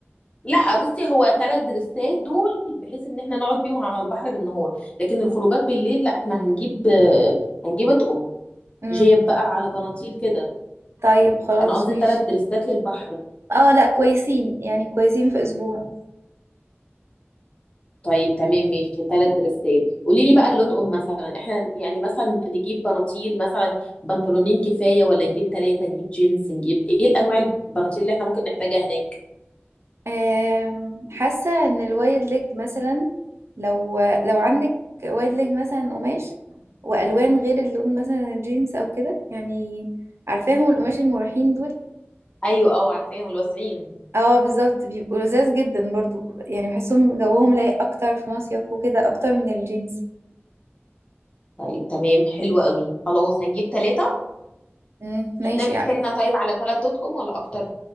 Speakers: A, on the left; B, on the right.
A: لا بصي هو ثلاث دريسات دول بحيث ان احنا نقعد بيهم على البحر بالنهار لكن الخروجات بالليل لا احنا هنجيب هنجيب اطقم
B: امم
A: جيب بقى على بناطيل كده
B: طيب خلاص
A: انا قصدي
B: ماشي
A: ثلاث دريسات للبحر
B: اه لا كويسين يعني كويسين في اسبوع
A: طيب تمام ماشي ثلاث دريسات قولي لي بقى الاطقم مثلا احنا يعني مثلا نجيب بناطيل مثلا بنطلونين كفايه ولا نجيب ثلاثه نجيب جينز نجيب ايه الانواع البناطيل اللي احنا ممكن نحتاجها هناك
B: أم، حاسة ان الوايد ليج مثلا لو لو عندك وايد ليج مثلا قماش والوان غير اللون مثلا الجينز او كده يعني عارفاهم القماش المريحين دول
A: ايوه اه عارفاهم الواسعين
B: اه بالظبط بيبقوا لذاذ جدا برضو يعني بحسهم جوهم لايق اكتر في مصيف وكده اكتر من الجينز
A: طيب تمام حلو قوي خلاص هنجيب ثلاثه
B: مم، ماشي
A: نعمل
B: يعني
A: حسابنا طيب على ثلاث اطقم ولا اكتر